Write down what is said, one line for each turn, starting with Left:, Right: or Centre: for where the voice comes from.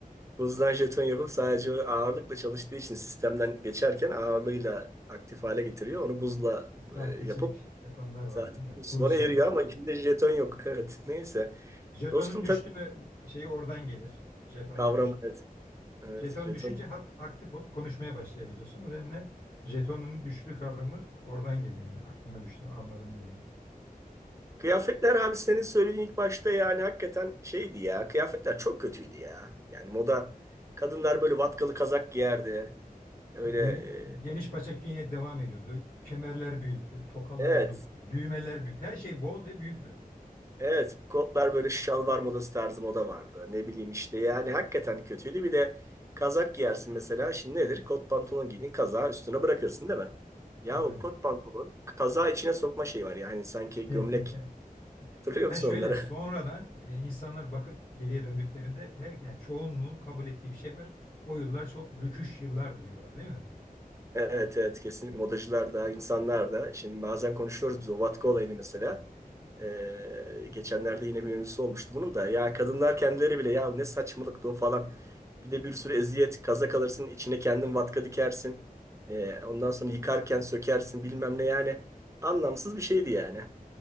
Right: Buzdan jeton yapıp sadece ağırlıkla çalıştığı için sistemden geçerken ağırlığıyla aktif hale getiriyor. Onu buzla
Left: Sahtecilik
Right: e, yapıp
Left: yapanlar var
Right: zaten
Left: değil mi?
Right: buz
Left: Buz
Right: sonra
Left: jeton.
Right: eriyor ama içinde jeton yok. <laughs> Evet. Neyse.
Left: Jetonun
Right: Dostum
Left: düştü
Right: tabii
Left: mü şeyi oradan gelir. Jetonun
Right: kavramı
Left: düştü.
Right: evet. Evet,
Left: Jeton
Right: jeton.
Left: düşünce hat aktif olup konuşmaya başlayabiliyorsun. O nedenle jetonun düştü kavramı oradan geliyor yani aklına düştü anladın mı diye.
Right: Kıyafetler abi senin söylediğin ilk başta yani hakikaten şeydi ya. Kıyafetler çok kötüydü ya. Yani moda kadınlar böyle vatkalı kazak giyerdi. Öyle
Left: Geni,
Right: e,
Left: geniş paça künye devam ediyordu. Kemerler büyüktü, tokalar
Right: evet
Left: büyüktü, düğmeler büyüktü. Her şey bol ve büyüktü.
Right: Evet, kotlar böyle şalvar modası tarzı moda vardı. Ne bileyim işte yani hakikaten kötüydü. Bir de kazak giyersin mesela. Şimdi nedir? Kot pantolon giydin, kazağı üstüne bırakırsın değil mi? Ya
Left: Yani
Right: o kot pantolon kazağı içine sokma şeyi var ya. Hani sanki
Left: <laughs>
Right: gömlek. Hatırlıyor
Left: Yani
Right: musun
Left: şöyle
Right: onları?
Left: sonradan
Right: <laughs>
Left: e, insanlar bakıp geriye döndüklerinde her yani çoğunluğun kabul ettiği bir şey var. O yıllar çok rüküş yıllardı diyorlar değil mi?
Right: Evet evet kesinlikle modacılar da insanlar da. Şimdi bazen konuşuyoruz biz o vatka olayını mesela. Ee, geçenlerde yine bir mevzusu olmuştu bunun da. Ya kadınlar kendileri bile ya ne saçmalıktı o falan. Bir de bir sürü eziyet, kaza kalırsın, içine kendin vatka dikersin. Ee, ondan sonra yıkarken sökersin bilmem ne yani. Anlamsız bir şeydi yani.